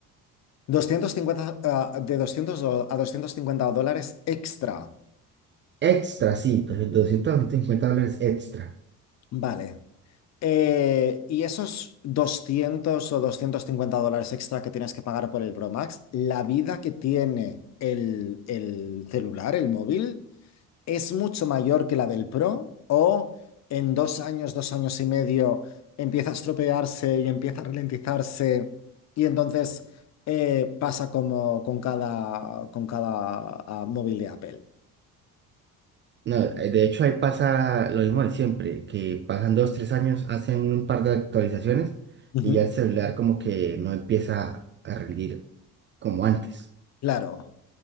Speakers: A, on the left; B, on the right.
A: 250, ah, de 200 a 250 dólares extra.
B: Extra, sí, entonces, de 200 a 250 dólares extra.
A: Vale. Eh, y esos 200 o 250 dólares extra que tienes que pagar por el Pro Max, la vida que tiene el, el celular, el móvil, es mucho mayor que la del Pro o en dos años, dos años y medio empieza a estropearse y empieza a ralentizarse y entonces eh, pasa como con cada, con cada ah, móvil de Apple.
B: No, eh, de hecho, ahí pasa lo mismo de siempre, que pasan dos, tres años, hacen un par de actualizaciones
A: Ujú.
B: y ya el celular como que no empieza a rendir como antes.
A: Claro,